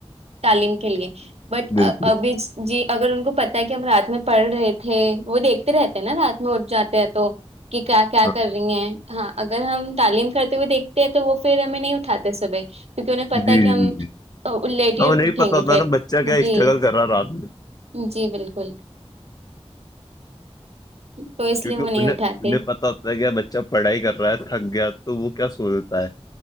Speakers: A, on the right; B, on the left.
A: تعلیم کے گے بٹ
B: بالکل
A: ابھی جی اگر ان کو پت ہے کہ ہم رات میں پڑھ رہے تھے وہ دیکھتے رہتے نا رات ہوٹ جاتے ہیں تو کہ کیا کیا
B: ہاں
A: کر رہی ہیں ہاں اگر ہم تعلیم کرتے ہوئے دیکھتے ہیں تو وہ پھر ہمیں نہیں اٹھاتے صبح کیونکہ انہیں پتا
B: جی
A: کہ ہم
B: جی جی
A: ل کے
B: ہاں
A: اٹھیں
B: انہیں بھی پتا
A: گے
B: ہوتا
A: پھر
B: ہے نا بچہ کیا
A: جی
B: اسٹرگل کر رہا ہے رات میں
A: جی بالکل تو اس
B: کیونکہ
A: لیے وہ نہیں
B: انہیں
A: اٹھاتی
B: انہیں پتا ہوتا ہے کیا بچے جب پڑھائی کر رہا ہے تھک گیا تو وہ کیا سوچتا ہے